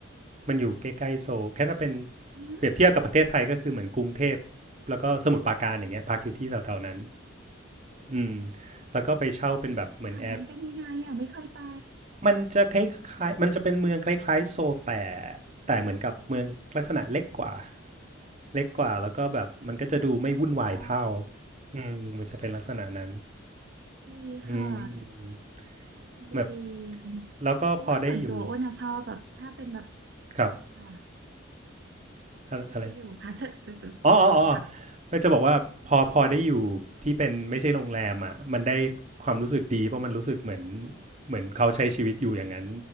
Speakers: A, on the right (about 35°); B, on the right (about 50°).
A: มันอยู่ใกล้ๆโซลแค่ถ้าเป็น
B: หืม
A: เปรียบเทียบกับประเทศไทยก็คือเหมือนกรุงเทพแล้วก็สมุทรปราการอย่างเงี้ยพักอยู่ที่แถวๆนั้นอืมแล้วก็ไปเช่าเป็นแบบเหมือนแอร์
B: แถวนั้นเป็นยังไงอะไม่เคยไป
A: มันจะคล้ายๆมันจะเป็นเมืองคล้ายๆโซลแต่แต่เหมือนกับเมืองลักษณะเล็กกว่าเล็กกว่าแล้วก็แบบมันก็จะดูไม่วุ่นวายเท่า
B: อ๋อ
A: อืมมันจะเป็นลักษณะนั้น
B: ดีค่ะ
A: อืม
B: ด
A: แบบ
B: ี
A: แล้วก็พอได้อยู่
B: เพราะว่าส่วนตัวอ้วนอะชอบแบบถ้าเป็นแบบ
A: กับ
B: ค่ะ
A: อะอะไร
B: พอได้อยู่ค่ะจะจะจะต่อเลยค่ะ
A: อ๋ออ๋ออ๋อก็จะบอกว่าพอพอได้อยู่ที่เป็นไม่ใช่โรงแรมอ่ะมันได้ความรู้สึกดีเพราะมันรู้สึกเหมือนเหมือนเขาใช้ชีวิตอยู่อย่างนั้น